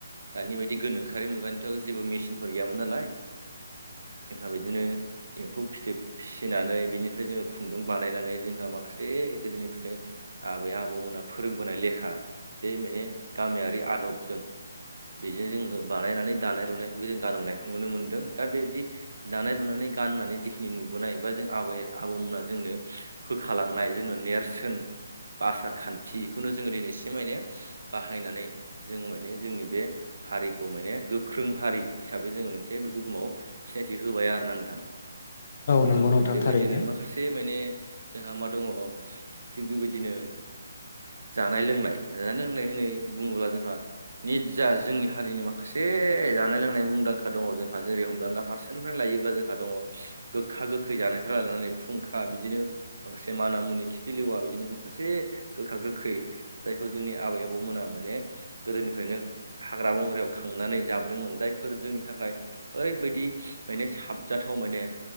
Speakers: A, on the right; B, on the left.
A: दानि बायदि गोनोखो आरि मुगानिथ' जेबो मेसिनफोर गैयामोन नालाय जोंहा बिदिनो एम्फौ फिथोब फिसिनानै बेनिफ्राय जोङो खुन्दुं बानायनानै जोंहा माखासे गोदोनिफ्रायनो आबै आबौमोना फोरोंबोनाय लेखा बे माने गामियारि आदबजों बेजों जोङो बानायनानै दानाय लुनायखौबो जों गानोननायखौ नुनो मोनदों दा बेबदि दानाय लुनानै गाननानै जिखिनि नुबोनाय बा जों आबै आबौमोनहा जोंनो होखालांनाय जोंनो नेरसोन बा आसार खान्थिखौनो जोङो दिनैसिम माने बाहायनानै जोङो माने जोंनि बे हारि खौ माने गोख्रों हारि हिसाबै जोङो मोनसे बे बुहुमाव सिनायथि होबाय आरोना नोंथां।
B: नंगौ नोंथां
A: बेबायदिनो
B: थारैनो
A: माखासे माने जोंहा मा दङ थिग बेबायदिनो जानाय लोंनाय जानाय लोंनाय होननाय बुङोब्ला जोंहा निजा जोंनि हारिनि माखा माखासे जानाय लोंनाय मुंदांखा दङ जोंहा जेरै हमनानै ला फारसेनिफ्राय लायोब्ला जोंहा दङ गोखा गोखै जानायफोरा लानानै फुंखा बिदिनो माखासे मानामुनि खिफिलिवा बिदिनो माखासे गोखा गोखै जायखौ जोंनि आबै आबौमोना माने गोदोनिफ्रायनो हाग्रा बंग्रायाव खांनानै जाबोदोंमोन जायफोर जोंनि थाखाय ओरैबायदि माने साबजाथाव माने